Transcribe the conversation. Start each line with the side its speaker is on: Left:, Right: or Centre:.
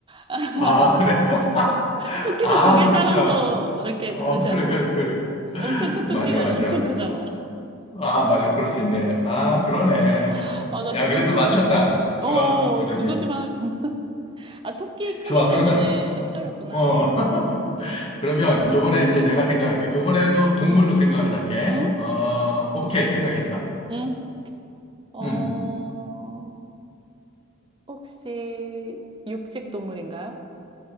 Right: 아, <laughs>
Left: 아, 그래. <laughs>
Right: 토끼도
Left: 아,
Right: 조개
Left: 그렇구나.
Right: 따라서 이렇게
Left: 어,
Right: 다르지
Left: 그래,
Right: 않니?
Left: 그래, 그래.
Right: 엄청 큰
Left: 맞아,
Right: 토끼는
Left: 맞아.
Right: 엄청 크잖아.
Left: 어, 아, 맞아. 그럴 수 있네. 아, 그러네.
Right: <laughs> 맞아,
Left: 야,
Right: 두더지.
Left: 그래도 맞췄다.
Right: 어,
Left: 아,
Right: 어,
Left: 두더지.
Right: 어, 두더지만 하지 않나? <laughs> 아, 토끼 크기
Left: 좋아,
Right: 때문에
Left: 그러면.
Right: 헷갈렸구나.
Left: 어. <laughs> 그러면 요번에
Right: 어,
Left: 이제 내가 생각할게.
Right: 어,
Left: 요번에도
Right: 응, 응,
Left: 동물로 생각을 할게.
Right: 응,
Left: 어, 오케이. 생각했어.
Right: 응. 어,
Left: 음.
Right: 혹시 육식 동물인가요?